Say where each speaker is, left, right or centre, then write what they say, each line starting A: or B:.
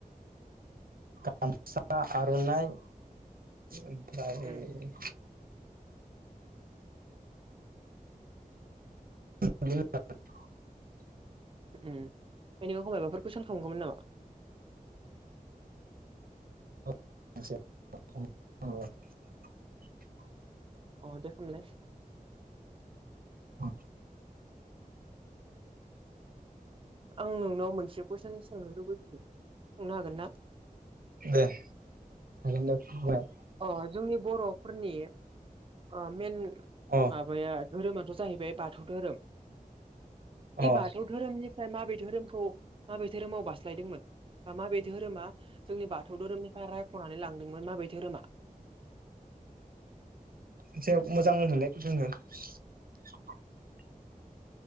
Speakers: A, on the right; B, on the right.
A: गामसा आर'नाइ ओमफ्राय
B: उम
A: <unintelligible>
B: उम ओमफाय नों आंखौ माबाफोर कुइसन खालामगौमोन नामा?
A: <inaudible>
B: अ दे खामलाय
A: औ
B: आं नोंनाव मोनसे कुइसन सोंनो लुबैदों सोंनो हागोन ना?
A: दे हागोन दे <unintelligible>
B: अ जोंनि बर'फोरनि ओ मेन
A: अ
B: माबाया धोरोमाथ' जाहैबाय बाथौ धोरोम। बे
A: अ
B: बाथौ धोरोमनि फ्राय माबे धोरोमखौ माबै धोरोमाव बास्लायदोंमोन बा माबे धोरोमा जोंनि बाथौ धोरोमनिफ्राय रायख'नानै लांदोंमोन माबे धोरोमा? <inaudible>
A: खेबसे मोजां होनफिनलाय कुइसनखो